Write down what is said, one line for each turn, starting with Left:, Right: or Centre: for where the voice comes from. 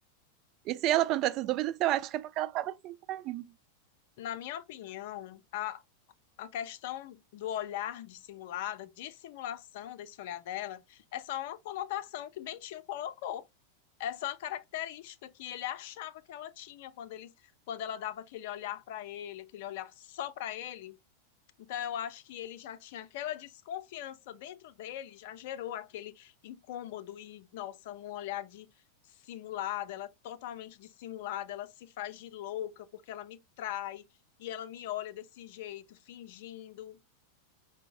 Right: E se ela plantou essas dúvidas, eu acho que é porque ela estava se traindo.
Left: Na minha opinião, a, a questão do olhar dissimulado, dissimulação desse olhar dela, é só uma conotação que Bentinho colocou. É só uma característica que ele achava que ela tinha quando ele, quando ela dava aquele olhar para ele, aquele olhar só para ele, então, eu acho que ele já tinha aquela desconfiança dentro dele, já gerou aquele incômodo e, nossa, um olhar de simulada, ela é totalmente dissimulada, ela se faz de louca porque ela me trai e ela me olha desse jeito, fingindo.